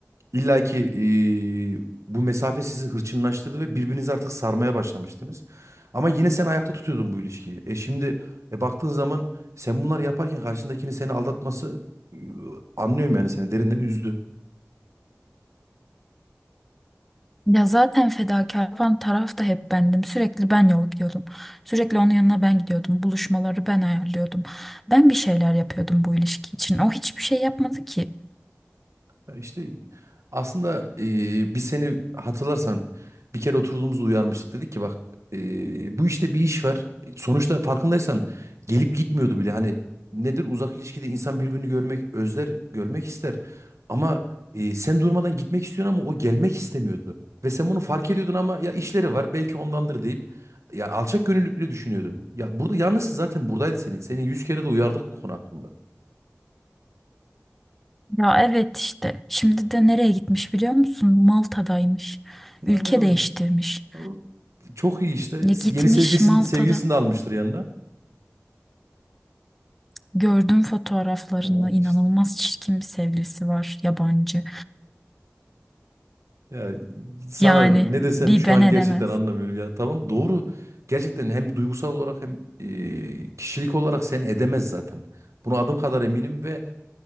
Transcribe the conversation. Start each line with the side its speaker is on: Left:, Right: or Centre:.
Right: İlla ki ee, bu mesafe sizi hırçınlaştırdı ve birbirinizi artık sarmaya başlamıştınız. Ama yine sen ayakta tutuyordun bu ilişkiyi. E şimdi e, baktığın zaman sen bunları yaparken karşındakinin seni aldatması e, anlıyorum yani seni derinden üzdü.
Centre: Ya zaten fedakar yapan taraf da hep bendim. Sürekli ben yol gidiyordum. Sürekli onun yanına ben gidiyordum. Buluşmaları ben ayarlıyordum. Ben bir şeyler yapıyordum bu ilişki için. O hiçbir şey yapmadı ki.
Right: Ya İşte aslında e, biz seni hatırlarsan bir kere oturduğumuzda uyarmıştık. Dedik ki bak e, bu işte bir iş var. E, Sonuçta farkındaysan gelip gitmiyordu bile. Hani nedir uzak ilişkide insan birbirini görmek, özler görmek ister. Ama e, sen durmadan gitmek istiyorsun ama o gelmek istemiyordu. Ve sen bunu fark ediyordun ama ya işleri var belki ondandır deyip ya alçak gönüllülükle düşünüyordun. Ya burada yalnızsın zaten buradaydı senin. Seni yüz kere de uyardık bu konu hakkında.
Centre: Ya evet işte. Şimdi de nereye gitmiş biliyor musun? Malta'daymış. Ülke
Right: Daha ne kadar
Centre: değiştirmiş.
Right: O Çok iyi işte.
Centre: Ya gitmiş
Right: Yeni sevgilisini,
Centre: Malta'da.
Right: sevgilisini de almıştır yanına.
Centre: Gördüm fotoğraflarını.
Right: Ee,
Centre: İnanılmaz
Right: işte.
Centre: çirkin bir sevgilisi var. Yabancı.
Right: Ya sana
Centre: Yani
Right: ne desem
Centre: bir
Right: şu
Centre: ben
Right: an
Centre: edemez.
Right: gerçekten anlamıyorum. Ya tamam doğru. Gerçekten hem duygusal olarak hem e, kişilik olarak seni edemez zaten. Buna adım kadar eminim ve